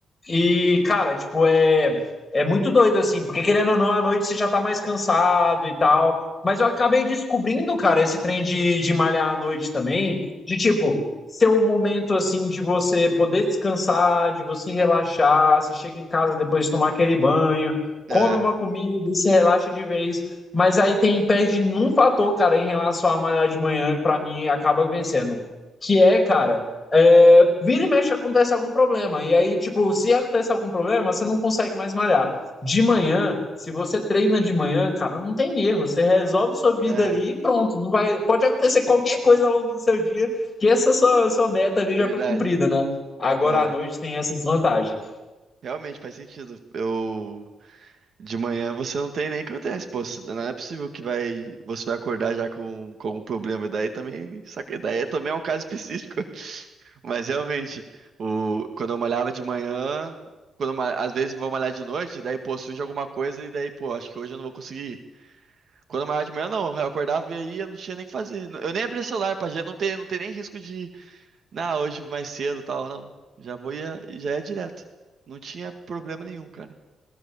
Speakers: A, on the left; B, on the right.
A: E, cara, tipo, é, é muito doido, assim, porque querendo ou não, à noite você já tá mais cansado e tal. Mas eu acabei descobrindo, cara, esse trem de, de malhar à noite também, de tipo, ser um momento assim de você poder descansar, de você relaxar, você chega em casa depois de tomar aquele banho, come
B: É,
A: uma comida e se relaxa de vez. Mas aí tem perde num fator, cara, em relação a malhar de manhã, pra mim acaba vencendo. Que é, cara, é, vira e mexe acontece algum problema. E aí, tipo, se acontece algum problema, você não consegue mais malhar. De manhã, se você treina de manhã, cara, não tem erro. Você resolve sua vida
B: é,
A: ali e pronto. Não vai, pode acontecer qualquer coisa ao longo do seu dia, que essa sua, sua meta ali
B: verdade.
A: já foi cumprida, né? Agora
B: É,
A: à noite tem essa desvantagem.
B: realmente faz sentido. Eu de manhã você não tem nem o que acontece, pô. Você- Não é possível que vai você vai acordar já com com algum problema. Daí também, saca, daí é- também é um caso específico. <laughs> Mas realmente, o quando eu malhava de manhã, quando eu ma- às vezes vou malhar de noite, daí pô, surge alguma coisa e daí pô, acho que hoje eu não vou conseguir. ir. Quando eu malhava de manhã, não, eu acordava e aí eu não tinha nem o que fazer. Eu nem abria celular pra gente, não ter, não ter nem risco Não, hoje mais cedo e tal, não. Já vou ia, já é direto. Não tinha problema nenhum, cara.